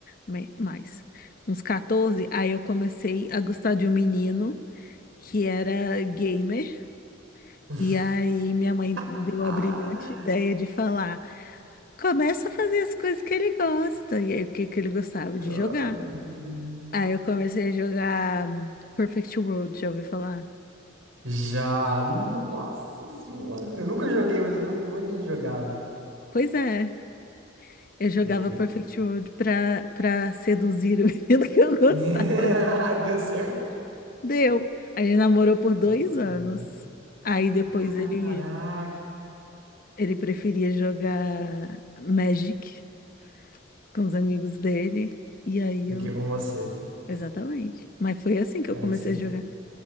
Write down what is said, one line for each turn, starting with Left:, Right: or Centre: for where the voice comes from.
Left: me- mais, uns 14, aí eu comecei a gostar de um menino que era gamer.
Right: <laughs>
Left: E aí minha mãe deu
Right: Ah,
Left: a brilhante ideia de falar: começa a fazer as coisas que ele gosta. E aí o que que ele gostava
Right: ai,
Left: de jogar?
Right: meu Deus.
Left: Aí eu comecei a jogar hum, Perfect World, já ouviu falar?
Right: Já, nossa senhora. Eu nunca joguei,
Left: Oi.
Right: mas eu lembro que um monte de gente jogava.
Left: Pois é, eu jogava
Right: E aí?
Left: Perfect World pra, pra seduzir o <laughs> menino que eu gostava.
Right: <laughs> Deu certo?
Left: Deu. A gente namorou por dois
Right: Olha.
Left: anos. Aí depois
Right: Caraca.
Left: ele Ele preferia jogar Magic com os amigos dele. E aí
Right: Do
Left: eu.
Right: que com você?
Left: Exatamente. Mas foi assim que
Right: Aí
Left: eu comecei
Right: você.
Left: a jogar.